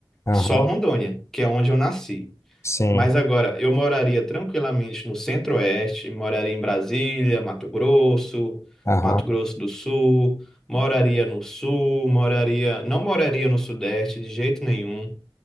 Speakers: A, on the left; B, in the centre.
A: aham,
B: só Rondônia, que é onde eu nasci.
A: sim,
B: Mas agora eu moraria tranquilamente no centro-oeste, moraria em Brasília, Mato Grosso,
A: aham,
B: Mato Grosso do Sul, moraria no sul, moraria, não moraria no sudeste de jeito nenhum.